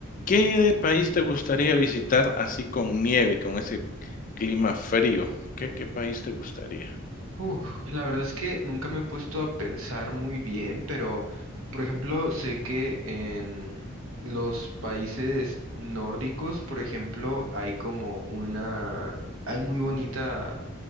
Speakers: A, on the left (about 40°); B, on the right (about 80°).
A: ¿qué país te gustaría visitar así con nieve, con ese Clima frío. ¿Qué qué país te gustaría?
B: Uf, la verdad es que nunca me he puesto a pensar muy bien, pero por ejemplo, sé que en los países nórdicos, por ejemplo, hay como una, hay muy bonita